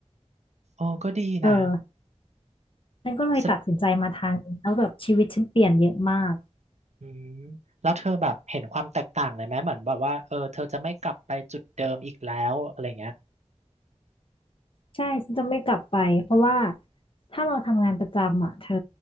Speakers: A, on the right; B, on the left.
A: โอ้ก็ดีนะ
B: เออฉันก็เลยตัดสินใจมาทางนี้แล้วแบบชีวิตฉันเปลี่ยนเยอะมาก
A: แสดอืมแล้วเธอแบบเห็นความแตกต่างเลยไหมเหมือนแบบว่าเออเธอจะไม่กลับไปจุดเดิมอีกแล้วอะไรเงี้ย
B: ใช่ฉันจะไม่กลับไปเพราะว่าถ้าเราทำงานประจำอ่ะเธอ